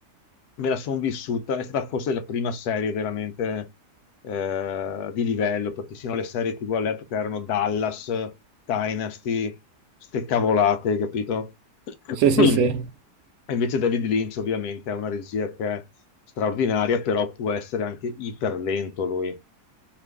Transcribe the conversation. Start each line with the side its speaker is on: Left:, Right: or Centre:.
Left: me la sono vissuta, è stata forse la prima serie veramente eh, di livello, perché sino alle serie TV all'epoca erano Dallas, Dynasty, ste cavolate, capito? <clears throat>
Right: sì, sì, sì.
Left: E invece David Lynch ovviamente ha una regia che è straordinaria, però può essere anche iper lento lui.